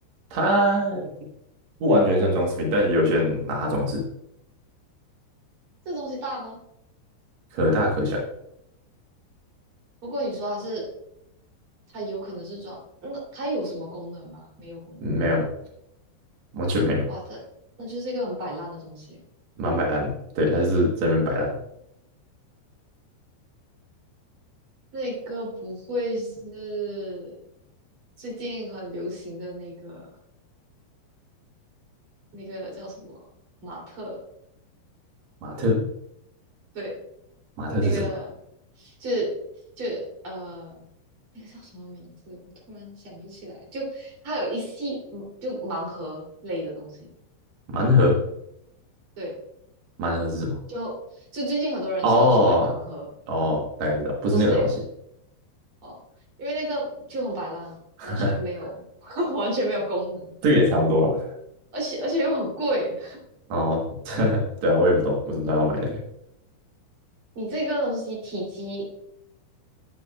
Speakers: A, on the right; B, on the right.
A: 它不完全算装饰品，但也有些人拿它装饰，
B: 这东西大吗？
A: 可大可小，
B: 不过你说它是它有可能是装，那它有什么功能吗？没有功能。
A: 没有，完全没有。
B: 哇，它那就是一个很摆烂的东西哦
A: 蛮摆烂的。对，他就是在那边摆烂。
B: 那个不会是最近很流行的那个那个叫什么马特？
A: 马特，
B: 对，
A: 马特是什么？
B: 那个就是就呃那个叫什么名字？我突然想不起来。就它有一系嗯就盲盒类的东西，
A: 盲盒，
B: 对，
A: 盲盒是什么？
B: 就就最近很多人喜欢去买盲盒，
A: 哦，哦，大概知道，不是那个东西。
B: 不是那个。哦，因为那个就很摆烂啊，
A: <laughs>
B: 完全没有 <laughs>，完全没有功能，
A: 这个也差不多了。
B: 而且而且又很贵。
A: 哦，<laughs> 对啊，我也不懂为什么大家要买那个。
B: 你这个东西体积